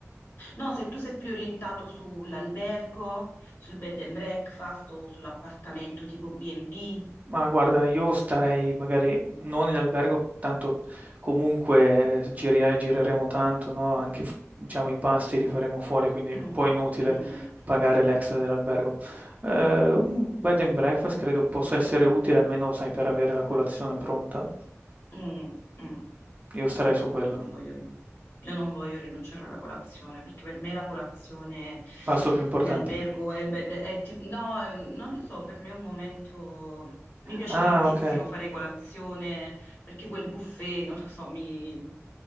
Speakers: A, on the left; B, on the right.
A: No, se tu sei più orientato sull'albergo, sul bed and breakfast o sull'appartamento tipo B&B.
B: Ma guarda, io starei magari non in albergo, tanto comunque eh, giri- gireremo tanto, no? Anche f- diciamo i pasti li faremo fuori, quindi
A: Mm,
B: è un po' inutile
A: mm,
B: pagare l'extra dell'albergo. Eh, un bed and breakfast credo possa essere utile, almeno sai, per avere la colazione pronta.
A: mm, mm.
B: Io starei
A: Sì,
B: su quello.
A: io non voglio, rin- io non voglio rinunciare alla colazione perché per me la colazione
B: Pasto più importante.
A: in albergo, nel bed, è ti- no, ehm, non lo so, per me è un momento, mi piace
B: Ah,
A: tantissimo
B: ok.
A: fare colazione perché quel buffet, non lo so, mi,